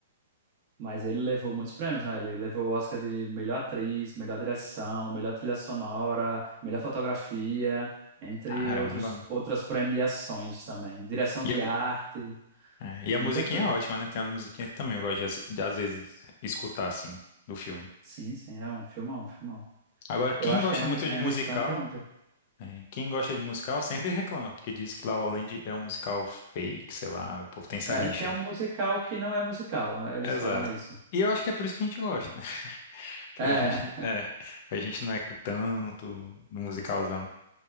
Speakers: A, on the right; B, on the left.
A: Mas ele levou muitos prêmios, né? Ele levou o Oscar de melhor atriz, melhor direção, melhor trilha sonora, melhor fotografia, entre
B: Caramba.
A: outros, outras premiações também. Direção de
B: E a,
A: arte,
B: é, e
A: muita
B: a musiquinha
A: coisa.
B: é ótima, né? Tem as musiquinhas que também eu gosto de, assi- de, às vezes, escutar, assim, do filme.
A: Sim, sim, é um filmão, um filmão.
B: Agora, quem
A: Eu acho
B: gosta
A: que a Emma
B: muito
A: a
B: de musical.
A: Emma Stone tem muito.
B: É, quem gosta de musical sempre reclama, porque diz que La La Land é um musical fake, sei lá, o povo tem essa
A: É,
B: rixa.
A: que é um musical que não é musical, né? Eles
B: Exato.
A: falam isso.
B: E eu acho que é por isso que a gente gosta, né? <laughs> Que
A: É,
B: a gente, é, a gente não é tanto no musicalzão.